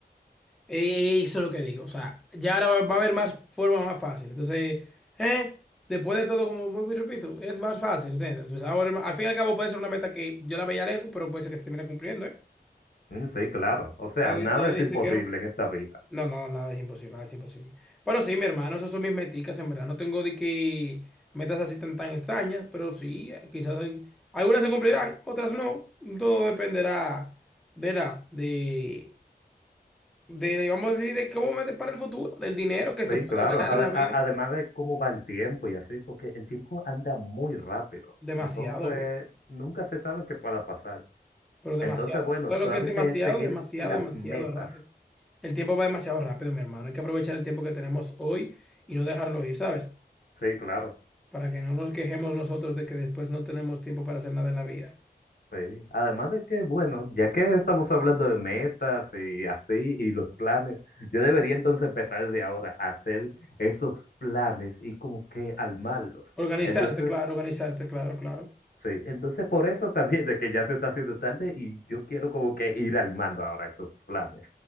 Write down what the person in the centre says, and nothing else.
Eso es lo que digo. O sea, ya ahora va, va a haber más formas más fáciles. Entonces, ¿eh? después de todo, como vuelvo y repito, es más fácil. O sea, entonces ahora, al fin y al cabo puede ser una meta que yo la veía lejos, pero puede ser que se termine cumpliendo, ¿eh?
Nadie,
nadie
dice
que no.
No, no, nada es imposible, nada es imposible. Pero sí, mi hermano, esas son mis meticas, en verdad. No tengo de que metas así tan, tan extrañas, pero sí, quizás hay- algunas se cumplirán, otras no. Todo dependerá, verá, de de, vamos a decir, de cómo me depara el futuro, del dinero que se
puede
ganar
en la
vida.
Demasiado
bien,
pero demasiado.
Todo
lo que es demasiado,
demasiado,
demasiado
rápido. El tiempo va demasiado rápido, mi hermano. Hay que aprovechar el tiempo que tenemos hoy y no dejarlo ir, ¿sabes?
Para que no nos quejemos nosotros de que después no tenemos tiempo para hacer nada en la vida.
Organizarte,
claro, organizarte, claro, claro.